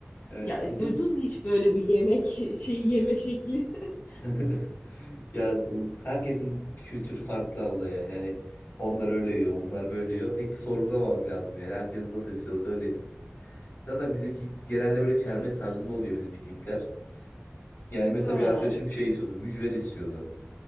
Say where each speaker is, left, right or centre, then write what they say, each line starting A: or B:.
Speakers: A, on the left (about 65°); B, on the left (about 40°).
A: Evet
B: Ya e,
A: bizim
B: duydun mu hiç böyle bir yemek <laughs> şeyi yeme şekli? <laughs>
A: <laughs> ya herkesin kültürü farklı abla ya. Yani onlar öyle yiyor, bunlar böyle yiyor. Pek sorgulamamak lazım yani. Herkes nasıl istiyorsa öyle yesin. Zaten bizimki genelde böyle kermes
B: Evet.
A: tarzında oluyor bizim piknikler. Yani mesela
B: Ha.
A: bir arkadaşım şey istiyordu. Mücver istiyordu.